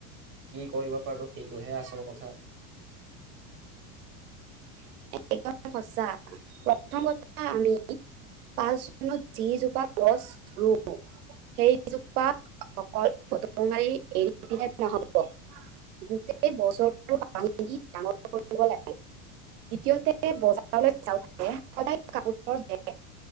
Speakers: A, on the right (about 25°); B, on the right (about 80°).
A: কি কৰিব পাৰো সেইটোহে আচল কথা।
B: <inaudible> একদম সঁচা প্ৰথম কথা আমি। পাঁচ জুনত যিজোপা গছ ৰুম। সেইজোপা অকল ফটো মাৰি এৰি দিলে নহ'ব। গোটেই বছৰটো আমি ডাঙৰ কৰিব লাগিব। দ্বিতীয়তে বজাৰলৈ যাওঁতে সদায় কাপোৰৰ বেগ